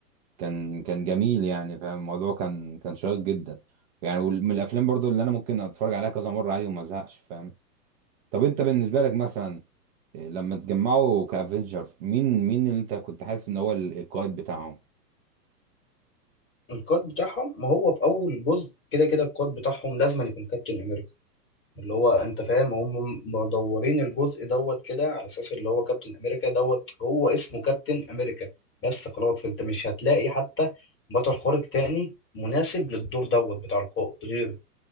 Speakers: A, on the right; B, on the left.
A: كان كان جميل يعني فاهم الموضوع كان كان شيق جدا يعني وال- من الافلام برضو اللي انا ممكن اتفرج عليها كذا مرة عادي وما ازهقش فاهم طب انت بالنسبة لك مثلا إيه، لما تجمعوا كافنجر مين مين اللي انت كنت حاسس ان هو ال- القائد بتاعهم
B: القائد بتاعهم ما هو في اول جزء كده كده القائد بتاعهم لازم يكون كابتن امريكا اللي هو انت فاهم هم مدورين الجزء دوت كده على اساس اللي هو كابتن امريكا دوت هو اسمه كابتن امريكا بس خلاص انت مش هتلاقي حتى بطل خارق تاني مناسب للدور دوت بتاع القائد غيره